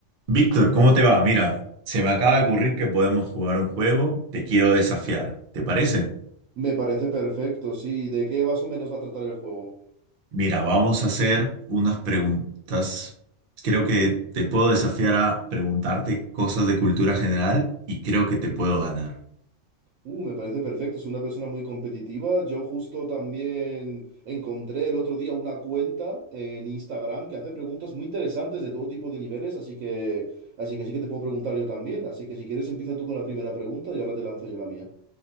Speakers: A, on the right (about 50°); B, on the right (about 80°).
A: Víctor, ¿cómo te va? Mira, se me acaba de ocurrir que podemos jugar un juego. Te quiero desafiar, ¿te parece?
B: Me parece perfecto, sí. ¿De qué más o menos va a tratar el juego?
A: Mira, vamos a hacer unas preguntas. Creo que te puedo desafiar a preguntarte cosas de cultura general y creo que te puedo ganar.
B: Uh, me parece perfecto. Soy una persona muy competitiva. Yo justo también encontré el otro día una cuenta en Instagram que hace preguntas muy interesantes de todo tipo de niveles, así que, así que sí que te puedo preguntar yo también. Así que si quieres empieza tú con la primera pregunta y ahora te lanzo yo la mía.